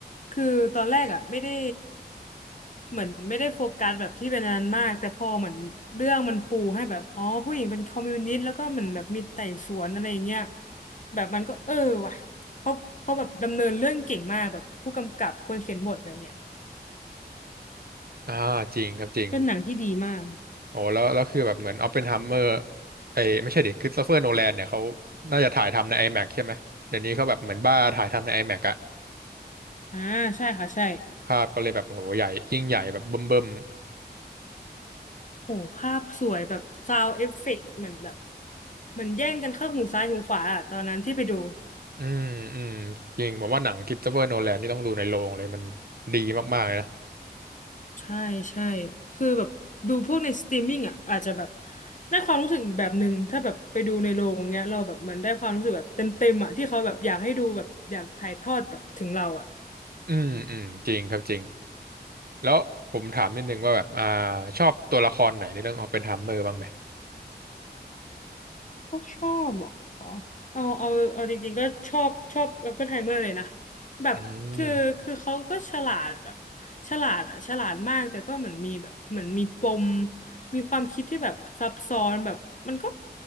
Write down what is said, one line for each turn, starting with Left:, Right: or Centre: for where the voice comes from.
Left: คือตอนแรกอ่ะไม่ได้เหมือนไม่ได้โฟกัสแบบที่เป็นอันนั้นมากแต่พอเหมือนเรื่องมันปูให้แบบอ๋อผู้หญิงเป็นคอมมิวนิสต์แล้วก็เหมือนแบบมีไต่สวนอะไรอย่างเงี้ยแบบมันก็เออว่ะเขาเขาแบบดำเนินเรื่องเก่งมากแบบผู้กำกับคนเขียนบทอะไรเงี้ย
Right: ๆอ่าจริงครับจริง
Left: เป็นหนังที่ดีมาก
Right: โอ้แล้วแล้วคือแบบเหมือนออปเพนไฮเมอร์ไอ้ยไม่ใช่ดิคริสโตเฟอร์โนแลนเนี่ยเขาน่าจะถ่ายทำใน IMAX ใช่ไหมเดี๋ยวนี้เขาแบบเหมือนบ้าถ่ายทำใน IMAX อแม็กซ์อะ
Left: อ่าใช่ค่ะใช่
Right: ภาพก็เลยแบบโอ้โหใหญ่ยิ่งใหญ่แบบเบิ่ม
Left: โหภาพสวยแบบซาวเอฟเฟกต์เหมือนแบบเหมือนแย่งกันเข้าหูซ้ายหูขวาอะตอนนั้นที่ไปดู
Right: ๆอืมอืมจริงผมว่าหนังคริสโตเฟอร์โนแลนนี่ต้องดูในโรงเลยมันดีมากๆเลยนะ
Left: ใช่ใช่คือแบบดูพวกในสตรีมมิ่งอ่ะอาจจะแบบได้ความรู้สึกอีกแบบหนึ่งถ้าแบบไปดูในโรงเงี้ยเราแบบเหมือนได้ความรู้สึกแบบเต็มเต็มอ่ะที่เขาแบบอยากให้ดูแบบอยากถ่ายทอดแบบถึงเราอ่ะ
Right: อืมอืมจริงครับจริง แล้วผมถามนิดนึงว่าแบบอ่าชอบตัวละครไหนในเรื่องออปเพนไฮเมอร์บ้างไหม
Left: ไม่ชอบเหรอเอาเอาเอาจริงๆก็ชอบชอบอ p ปเป i ไฮเมอร์เลยนะแบบคือคือเขาก็ฉลาดแบบ
Right: อืม
Left: ฉลาดอ่ะฉลาดมากแต่ก็เหมือนมีแบบเหมือนมีปมมีความคิดที่แบบซับซ้อนแบบมันก็